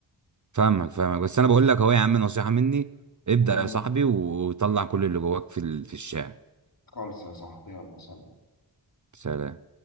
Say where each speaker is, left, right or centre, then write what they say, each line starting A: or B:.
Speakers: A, on the right (about 40°); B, on the left (about 50°).
A: فاهمك فاهمك بس أنا بقول لك أهو يا عم نصيحة مني ابدأ
B: امم
A: يا صاحبي وطلع كل اللي جواك في ال- في الشارع
B: خالص يا صاحبي يلا سلام
A: سلام